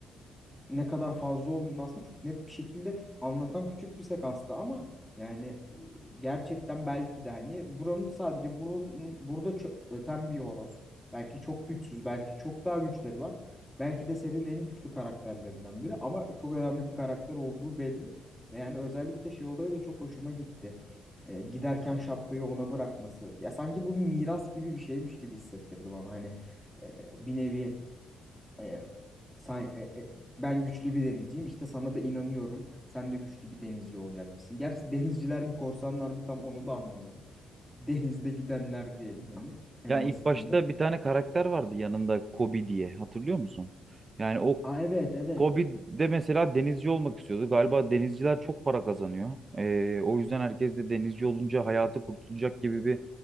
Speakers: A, in the centre; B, on the right.
A: ne kadar fazla olduğunu aslında çok net bir şekilde anlatan küçük bir sekansta ama yani e, gerçekten belki de hani buranın sadece buranın burada çö- öten bir horoz. Belki çok güçsüz, belki çok daha güçleri var. Belki de serinin en güçlü karakterlerinden biri ama çok önemli bir karakter olduğu belli. Ve yani özellikle şey olayı da çok hoşuma gitti. E, giderken şapkayı ona bırakması. Ya sanki bu miras gibi bir şeymiş gibi hissettirdi bana. Hani e, bir nevi e, sen, e, e, ben güçlü bir denizciyim. İşte sana da inanıyorum. Sen de güçlü bir denizci olacakmışsın. Gerçi denizciler mi korsanlar mı tam onu da anlamadım. <laughs> Denizde gidenler diyelim hani en
B: Yani
A: basitinden.
B: ilk başta bir tane karakter vardı yanında Kobe diye hatırlıyor musun? Yani o
A: Aa evet evet.
B: Kobe'de mesela denizci olmak istiyordu. Galiba denizciler çok para kazanıyor. Ee, o yüzden herkes de denizci olunca hayatı kurtulacak gibi bir